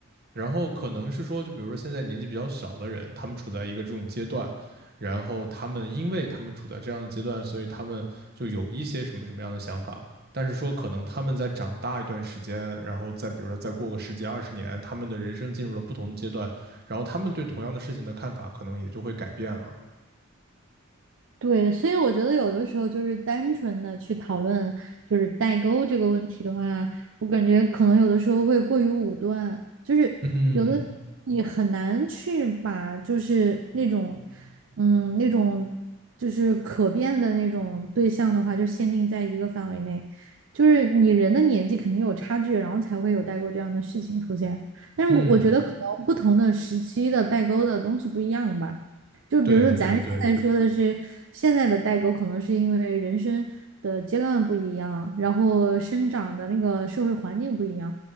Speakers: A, on the right; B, on the right.
A: 然后可能是说，就比如说现在年纪比较小的人，他们处在一个这种阶段，然后他们因为他们处在这样的阶段，所以他们就有一些什么什么样的想法。但是说，可能他们在长大一段时间，然后再比如说再过个十几二十年，他们的人生进入了不同的阶段，然后他们对同样的事情的看法可能也就会改变了。
B: 对，所以我觉得有的时候就是单纯的去讨论就是代沟这个问题的话，我感觉可能有的时候会过于武断，就是有的
A: 嗯
B: 你很难去把就是那种嗯那种就是可变的那种对象的话，就限定在一个范围内，就是你人的年纪肯定有差距，然后才会有代沟这样的事情出现。但是我我觉得可能不同的时期的代沟的东西不一样吧。
A: 嗯，
B: 就比如说咱现在说的是现在的代沟，
A: 对对对，
B: 可能是因为人生的阶段不一样，然后生长的那个社会环境不一样。